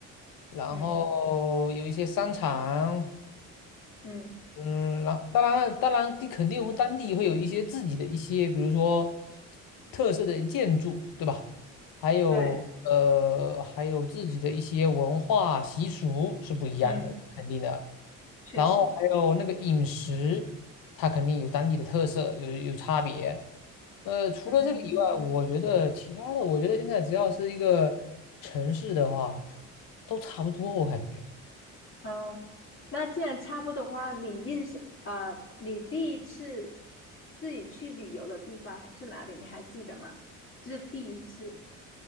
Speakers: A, on the left; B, on the left.
A: 然后有一些商场，
B: 嗯嗯，
A: 嗯，然后当然，当然，你肯定会当地会有一些自己的一些，比如说特色的建筑，对吧？还有呃，
B: 对，
A: 还有自己的一些文化习俗是不一样的，
B: 嗯，
A: 肯定的。
B: 确实，
A: 然后还有那个饮食，它肯定有当地的特色，有有差别。呃，除了这个以外，
B: 嗯嗯
A: 我觉得其他的，我觉得现在只要是一个城市的话，都差不多，我感觉。
B: 哦那既然差不多的话，你印象啊，你第一次自己去旅游的地方是哪里？你还记得吗？就是第一次，